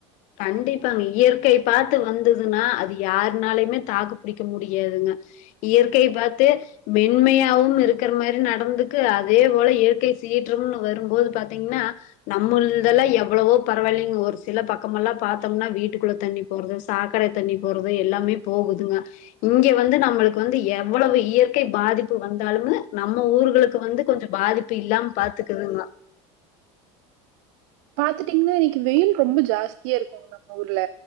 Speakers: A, on the left (about 55°); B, on the right (about 75°).
A: கண்டிப்பாங்க இயற்கைய பாத்து வந்ததுனா அது யாருனாலயுமே தாக்கு புடிக்க முடியாதுங்க இயற்கைய பாத்து மென்மையாவு இருக்ற மாரி நடந்துக்கு அதே போல இயற்கை சீற்றனு வருபோது பாத்தீங்கனா நம்மூர்ல இதலா எவ்ளவோ பரவால்லங்க ஒரு சில பக் கமெல்லா பாத்தோம்னா வீட்டுக்குள்ள தண்ணி போறது சாக்கட தண்ணி போறது எல்லாமே போகுதுங்க இங்கே வந்து நம்மளுக்கு வந்து எவ்வளவு இயற்கை பாதிப்பு வந்தாலுமு நம்ம ஊர்களுக்கு வந்து கொஞ்சொ பாதிப் ப்பு இல்லாம பாத்துக்கறதுங்கோ
B: பாத்துட்டீங்கனா இன்னிக்கு வெயில் ரொம்ப ஜாஸ்தியா இருகுங் நம்ம ஊர்ல